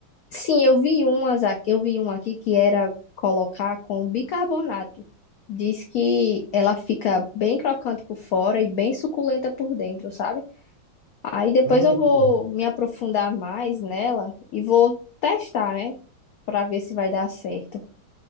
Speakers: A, on the left; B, on the right.
A: Sim, eu vi umas aqui, eu vi uma aqui que era colocar com bicarbonato. Diz que ela fica bem crocante por fora e bem suculenta por dentro, sabe? Aí depois
B: Hum,
A: eu vou
B: que bom.
A: me aprofundar mais nela e vou testar, né? Pra ver se vai dar certo.